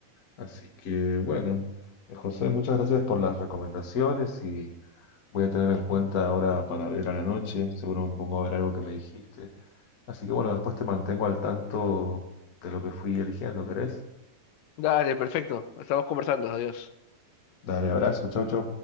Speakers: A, on the left; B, on the left.
A: Así que bueno, eh, José, muchas gracias por las recomendaciones y voy a tener en cuenta ahora para ver a la noche. Seguro me pongo a ver algo que me dijiste. Así que bueno, después te mantengo al tanto de lo que fui eligiendo, ¿querés?
B: Dale, perfecto. Estamos conversando. Adiós.
A: Dale, abrazo, chau, chau.